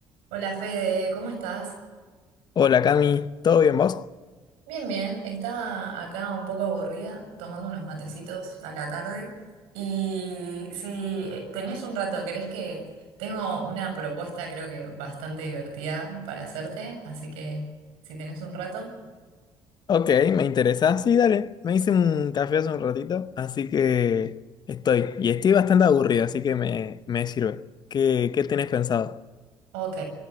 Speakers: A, on the right; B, on the left.
A: Hola Fede, ¿cómo estás?
B: Hola Cami, ¿todo bien vos?
A: Bien, bien. Estaba acá un poco aburrida, tomando unos matecitos a la tarde. Y si eh, tenés un rato, ¿querés que tengo una propuesta creo que bastante divertida para hacerte? Así que si tenés un rato,
B: Ok, me interesa. Sí, dale, me hice un café hace un ratito, así que estoy. Y estoy bastante aburrido, así que me, me sirve. ¿Qué, qué tenés pensado?
A: ok.